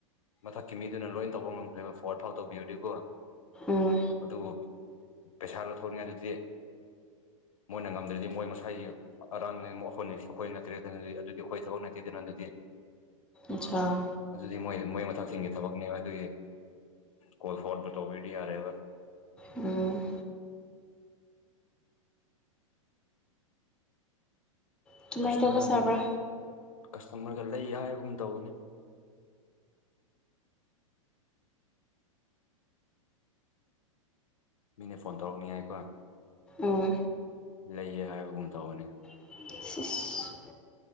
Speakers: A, on the left; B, in the centre.
A: ꯃꯊꯛꯀꯤ ꯃꯤꯗꯨꯅ ꯂꯣꯏ ꯇꯧꯕ ꯉꯝꯈ꯭ꯔꯦꯕ ꯐꯣꯔꯋꯥ ꯐꯥꯎ ꯇꯧꯕꯤꯔꯗꯤꯀꯣ
B: ꯎꯝ
A: ꯑꯗꯨꯕꯨ ꯄꯩꯁꯥ ꯂꯧꯊꯣꯛꯉꯦ <unintelligible> ꯃꯣꯏꯅ ꯉꯝꯗ꯭ꯔꯗꯤ ꯃꯣꯏ ꯃꯁꯥꯏꯒꯤ ꯑꯔꯥꯟꯕꯅꯤ ꯑꯩꯈꯣꯏ ꯅꯠꯇ꯭ꯔꯦꯗꯤ <unintelligible> ꯑꯗꯨꯗꯤ ꯑꯩꯈꯣꯏ ꯊꯕꯛ ꯅꯠꯇꯦꯗ ꯅ ꯑꯗꯨꯗꯤ
B: ꯑꯆꯥꯥ
A: ꯑꯗꯨꯗꯤ ꯃꯣꯏ ꯃꯣꯏ ꯃꯊꯛꯁꯤꯡꯒꯤꯒꯤ ꯊꯕꯛꯅꯦꯕ ꯑꯗꯨꯒꯤ ꯀꯣꯜ ꯐꯣꯔꯋꯥꯕꯨ ꯇꯧꯕꯤꯔꯗꯤ ꯌꯥꯔꯦꯕ
B: ꯎꯝ ꯑꯗꯨꯃꯥꯏꯅ
A: ꯀꯁꯇꯃꯔꯒ
B: ꯇꯧꯕ ꯁꯥꯕ꯭ꯔꯥ
A: ꯀꯁꯇꯃꯔꯒ ꯂꯩ ꯍꯥꯏꯕꯒꯨꯝ ꯇꯧꯕꯅꯤ ꯃꯤꯅ ꯐꯣꯟ ꯇꯧꯔꯛꯅꯤꯉꯥꯏꯀꯣ
B: ꯎꯝ
A: ꯂꯩꯌꯦ ꯍꯥꯏꯕꯒꯨꯝ ꯇꯧꯕꯅꯤ
B: <unintelligible>